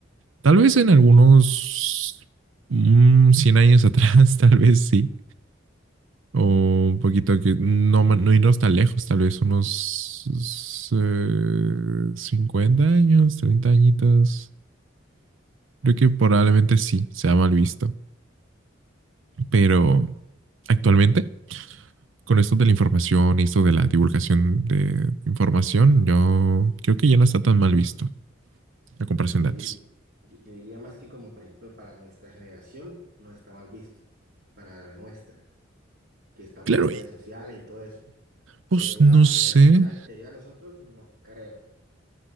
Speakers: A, on the right (about 80°); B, on the right (about 55°).
A: Tal vez en algunos mm, 100 años atrás, <laughs> tal vez sí. O un poquito que no, ma- no irnos tan lejos, tal vez unos eh, 50 años, 30 añitos. Creo que probablemente sí, sea mal visto. Pero actualmente, con esto de la información y esto de la divulgación de información, yo creo que ya no está tan mal visto la comparación
B: Yo, yo
A: de
B: diri-
A: antes.
B: yo- yo diría más que como, por ejemplo, para nuestra generación no está mal visto, para la nuestra, que estamos
A: Claro,
B: en redes
A: y
B: sociales y todo eso,
A: pues
B: pero la
A: no
B: generación
A: sé.
B: anterior a nosotros no creo.